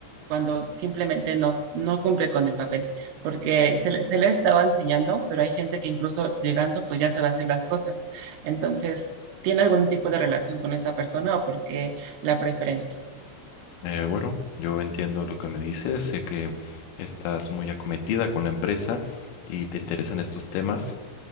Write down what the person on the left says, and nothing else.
Eh, bueno, yo entiendo lo que me dices, sé que estás muy acometida con la empresa y te interesan estos temas,